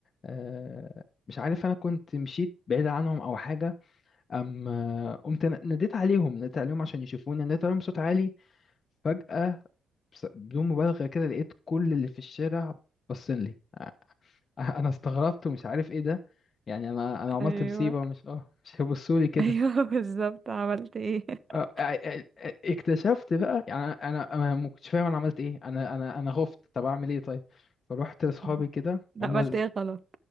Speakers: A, on the left (about 40°); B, on the right (about 35°).
A: آه، مش عارف انا كنت مشيت بعيد عنهم او حاجه ام آه، قمت ن- ناديت عليهم ناديت عليهم عشان يشوفوني ناديت عليهم بصوت عالي فجاه بس- بدون مبالغه كده لقيت كل اللي في الشارع باصين لي <laughs> انا استغربت ومش عارف ايه ده يعني انا انا عملت
B: ايوه
A: مصيبه مش اه مش هيبصوا لي كده
B: ايوه <laughs> بالظبط عملت ايه <laughs>
A: آه، آه، آه، آه، اكتشفت بقى يعني انا انا ما كنتش فاهم انا عملت ايه انا انا انا خفت طب اعمل ايه طيب فروحت لاصحابي
B: مم.
A: كده
B: لا،
A: هم
B: عملت ايه غلط